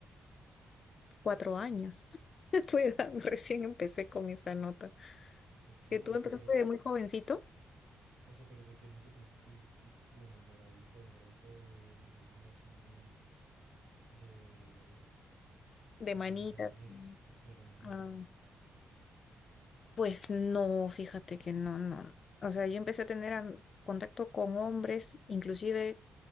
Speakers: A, on the left; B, on the right.
A: cuatro años. <laughs> A tu edad, recién empecé con esa nota.
B: Ok,
A: Que tú
B: o
A: empezaste
B: sea, pero,
A: de muy jovencito,
B: o sea, pero de que nunca tuviste tu, tu, tu enamoradito o enamoradita de, de, de niña así muy de,
A: de
B: así
A: manitas.
B: de la niñez,
A: Mm.
B: de la niñez,
A: Ah,
B: ajá.
A: pues no, fíjate que no, no. O sea, yo empecé a tener am- contacto con hombres, inclusive